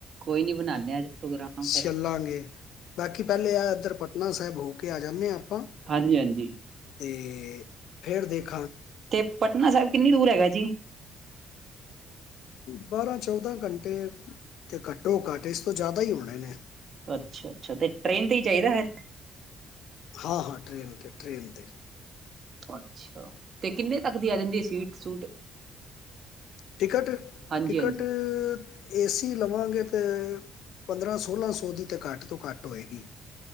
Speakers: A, on the right; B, on the left.
A: ਕੋਈ ਨੀ ਬਣਾਂਦੇ ਹ ਅੱਜ ਪ੍ਰੋਗਰਾਮ ਫਿਰ
B: ਚੱਲਾਂਗੇ ਬਾਕੀ ਪਹਿਲੇ ਆ ਇੱਧਰ ਪਟਨਾ ਸਾਹਿਬ ਹੋ ਕੇ ਆ ਜਾਂਦੇ ਹ ਆਪਾਂ
A: ਹਾਂਜੀ ਹਾਂਜੀ
B: ਤੇ ਫੇਿਰ ਦੇਖ
A: ਤੇ ਪਟਨਾ ਸਾਹਿਬ ਕਿੰਨੀ ਦੂਰ ਹੈਗਾ ਜੀ
B: ਬਾਰਾਂ ਚੌਦਾਂ ਘੰਟੇ ਤੇ ਘੱਟੋ ਘੱਟ ਇਸ ਤੋਂ ਜ਼ਿਆਦਾ ਹੀ ਹੋਣੇ ਨੇ
A: ਅੱਛਾ ਅੱਛਾ ਤੇ ਟ੍ਰਰੇਨ ਤੇ ਹੀ ਚਾਹੀਦਾ ਹੈ
B: ਹਾਂ ਹਾਂ ਟ੍ਰੇਨ ਤੇ ਟ੍ਰੇਨ ਤੇ
A: ਅੱਛਾ ਤੇ ਕਿੰਨੇ ਤੱਕ ਦੀ ਆ ਜਾਂਦੀ ਹੈ ਸਵੀਟ ਸੂਟ
B: ਟਿਕਟ
A: ਹਾਂਜੀ
B: ਟਿਕਟ
A: ਹਾਂਜੀ
B: ਏਸੀ ਲਵਾਂਗੇ ਤਾਂ ਪੰਦਰਾਂ ਸੋਲਾਂ ਸੌ ਦੀ ਤਾਂ ਘੱਟ ਤੋਂ ਘੱਟ ਹੋਏਗੀ